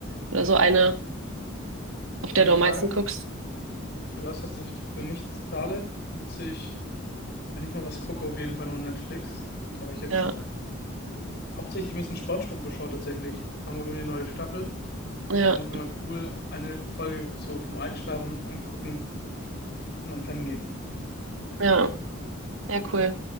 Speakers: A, on the right; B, on the left.
A: oder so eine, auf
B: Also
A: der
B: ich muss
A: du am meisten
B: sagen,
A: guckst?
B: Für das, dass ich für nichts zahle, nutze ich, wenn ich mal was gucke, auf jeden Fall nur Netflix. Da habe ich jetzt
A: Ja,
B: hauptsächlich ein bisschen SpongeBob geschaut tatsächlich. Da kam irgendwie eine neue Staffel.
A: ja,
B: Fand ich immer cool. Eine Folge so vom Einschlafen angucken und dann pennen gehen.
A: ja, ja, cool.